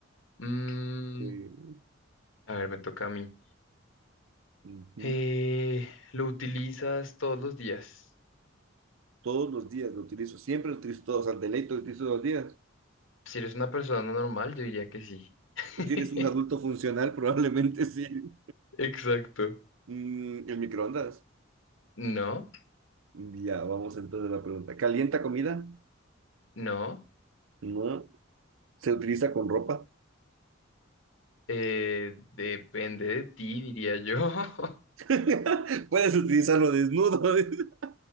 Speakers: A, on the left (about 75°); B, on the right (about 75°).
A: Mm,
B: Eh,
A: a ver, me toca a mí.
B: ujú,
A: Eh, ¿lo utilizas todos los días?
B: Todos los días lo utilizo, siempre lo utilizo todos, al deleito lo utilizo todos los días.
A: Si eres una persona normal, yo diría que sí. <laughs>
B: Si ¿Tienes un adulto funcional? <laughs> Probablemente sí.
A: Exacto.
B: Mm, el microondas.
A: No,
B: Ya, vamos entonces a la pregunta. ¿Calienta comida?
A: no.
B: No. ¿Se utiliza con ropa?
A: eh, depende de ti, diría yo. <laughs>
B: <laughs> Puedes utilizarlo desnudo. <laughs>